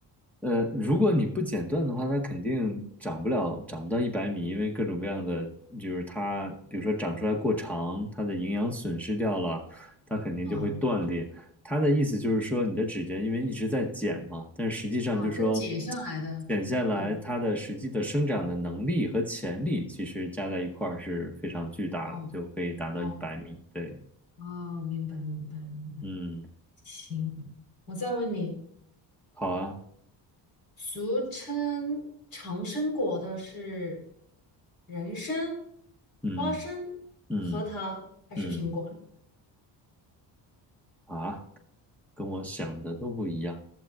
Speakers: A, in the centre; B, on the left.
A: 呃，如果你不剪断的话，它肯定长不了，长不到一百米，因为各种各样的，就是它，比如说长出来过长，它的营养损失掉了，它肯定就会断裂。
B: 啊。
A: 它的意思就是说，你的指甲因为一直在剪嘛，但是实际上就是说，
B: 哦，就解下来的，
A: 剪下来它的实际的生长的能力和潜力，
B: 我
A: 其实加在一块儿是非常巨大的，
B: 哦
A: 就可以达到一百米。
B: 哦
A: 对，
B: 哦，明白明白明白。
A: 嗯，
B: 行，我再问你，
A: 好啊，
B: 俗称长生果的是人参、
A: 嗯
B: 花生、
A: 嗯
B: 核桃还是苹果？
A: 嗯啊。跟我想的都不一样。